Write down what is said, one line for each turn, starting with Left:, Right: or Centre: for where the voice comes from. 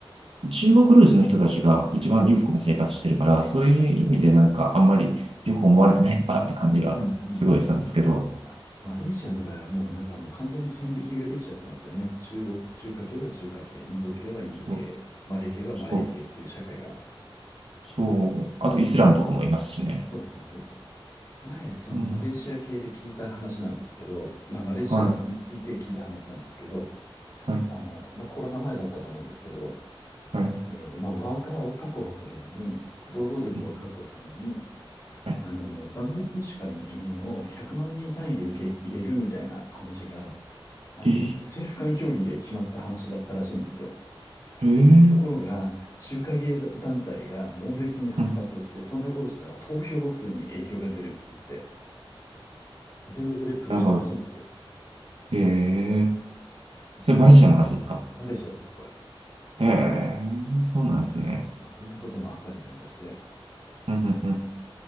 Right: 中国ルーツの人たちが一番裕福な生活してるから、
Left: うん。はい、
Right: そういう意味でなんかあんまりよく思われてないなって感じがすごいしたんですけど、
Left: はい、はい。うん、うん。あ、マレーシアの場合はもうなんかもう完全に線引きができちゃってますよね。中国、中華系は中華系、インド系はインド系、
Right: そう、
Left: マレー系はマレー系っていう社会が。
Right: そう、そうあとイスラムとかもいますしね。
Left: そうですね、そうですね。前、そのマレーシア系で聞いた話なんですけど、
Right: うん、
Left: まあ、マレーシアについて聞いた話なんですけど、
Right: はい、はい、
Left: あの、まあ、コロナ前だったと思うんですけど、
Right: はい。
Left: え、えーまあ、ワーカーを確保するのに、労働力を確保するのに、
Right: うんはい
Left: あの、バングラデシュからの移民を100万人単位で受け入れるみたいな話が、あの、
Right: え
Left: 政府間協議で決まった話だったらしいんですよ。
Right: ー、えー、
Left: ところが、中華系団体が猛烈に反発をして、
Right: うん、
Left: そんなことしたら投票数に影響が出るって言って、全力で潰したらしいんですよ。
Right: なんか、えー、
Left: まあそん、
Right: それマレーシアの話ですか
Left: マレーシアです、これ。
Right: ええー、そうなんですね。
Left: そまあ、そんなこともあったりなんかして、
Right: うん、うん、うん、